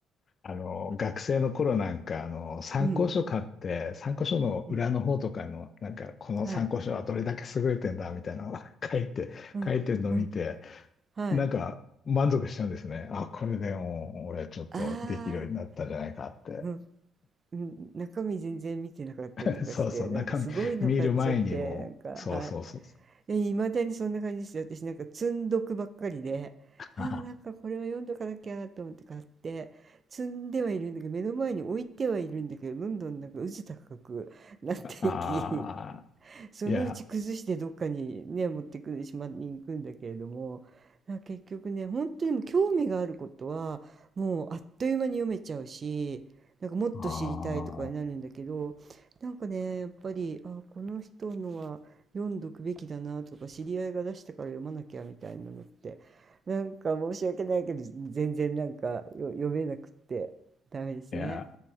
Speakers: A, on the left (about 40°); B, on the right (about 35°).
A: あの、学生の頃なんか、あの、参考書買って、
B: うん、
A: 参考書の裏の方とかの、
B: うん、
A: なんか、この参考書はどれだけ優れてんだ、
B: はい、
A: みたいなのを <laughs> 書いて、
B: うん、
A: 書いてるのを見て、
B: うん、はい。
A: なんか、満足しちゃうんですね。あ、これでもう、俺ちょっとできるようになったんじゃないかって。
B: ああ、うん、うん、中身全然見てなかったりとかして、
A: <laughs> そうそう、
B: なんかすごいの買っちゃって、
A: 中身見る前にもそうそうそうそう。
B: なんか、はい。いまだにそんな感じですよ。私なんか積んどくばっかりで、
A: あ
B: あーなんかこれは読んどかなきゃと思って買って、積んではいるんだけど、目の前に置いてはいるんだけど、どんどんなんか渦高くなっていき、
A: あ、
B: そのうち崩してどっかにね持ってくる島に行くんだけれどもなんか結局ね本当にもう興味があることはもうあっという間に読めちゃうしなんかもっと知りたいとかになるんだけどなんかねやっぱりあこの人のは読んどくべきだなとか知り合いが出したから読まなきゃみたいなのってなんか申し訳ないけど全然なんかよ読めなくってダメですね。
A: いや、ああ。いや、